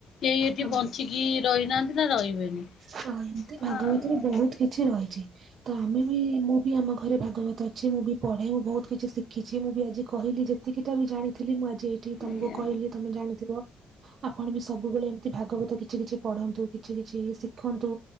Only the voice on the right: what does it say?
ହଁ
ହଁ ଏମିତି ଭାଗବତରେ
ବହୁତ କିଛି ରହିଛି। ତ ଆମେ ବି ମୁଁ ବି ଆମ ଘରେ ଭାଗବତ ଅଛି ମୁଁ ବି ପଢ଼େ ମୁଁ ବହୁତ କିଛି ଶିଖିଛି, ମୁଁ ବି ଆଜି କହିଲି ଯେତିକି ବି ଜାଣିଥିଲି ମୁଁ ଆଜି ଏଇଠି
ତମକୁ
କହିଲି ତମେ ଜାଣିଥିବ। ଆପଣ ବି ସବୁବେଳେ ଏମିତି ଭାଗବତ କିଛି କିଛି ପଢନ୍ତୁ, କିଛି କିଛି ଶିଖନ୍ତୁ।